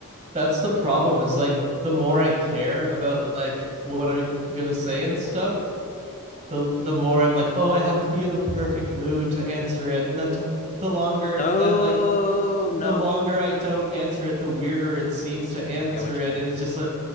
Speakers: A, on the right (about 30°); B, on the left (about 35°).
A: that's the problem is like the more i care about like what i'm gonna say and stuff the the more i'm like oh i have to be in the perfect mood to answer it and then t- the longer
B: Oh
A: then like
B: no
A: the longer i don't answer it the weirder it seems to answer
B: I get what
A: it
B: you mean.
A: and it's just like,